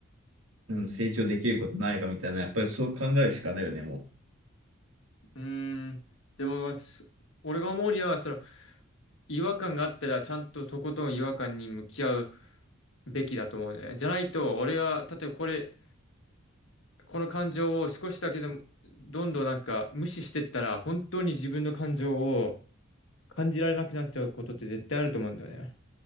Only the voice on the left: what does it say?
うーん。でも、まあす俺が思うには、その、違和感があったら、ちゃんととことん違和感に向き合うべきだと思うね。じゃないと、俺が、例えばこれ、この感情を少しだけでも、どんどんなんか無視してったら、本当に自分の感情を感じられなくなっちゃうことって絶対あると思うんだよね。